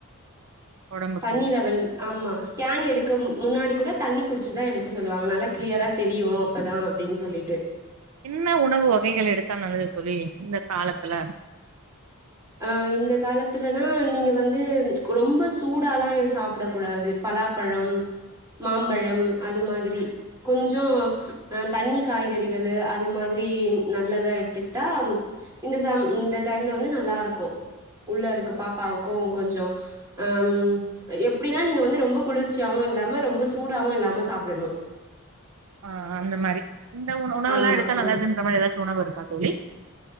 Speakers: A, on the right; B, on the right.
A: ஒடம்புக்கு
B: தண்ணி லெவல் ஆமா ஸ்கேன் எடுக்க முன்னாடி கூட தண்ணி குடிச்சிட்டு தா எடுக்க சொல்லுவாங்க நல்லா கிளியரா தெரியு அப்பதா அப்டின்னு சொல்லிட்டு
A: இன்ன உணவு வகைகள் எடுத்தா நல்லது தோழி இந்த காலத்துல
B: அ இந்த காலத்துலனா நீங்க வந்து ரொம்ப சூடாலா சாப்ட கூடாது பலாப்பழம் மாம்பழம் அது மாதிரி கொஞ்சோ அ தண்ணி காய்கறிகளு அது மாதிரி நல்லதா எடுத்துக்கிட்டா இந்த ச இந்த டைம்ல வந்து நல்லா இருக்கு உள்ள இருக்க பாப்பாவுக்கு கொஞ்சோ ஆ ம் எப்பிடினா நீங்க வந்து ரொம்ப குளிர்ச்சியாவு இல்லாம ரொம்ப சூடாவு இல்லாம சாப்டணு
A: ஆ அந்த மாரி இந்த உண உணவெல்லா
B: ஆமா
A: எடுத்தா
B: ஆமா
A: நல்லதுன்ற மாரி ஏதாச்சு உணவு இருக்கா தோழி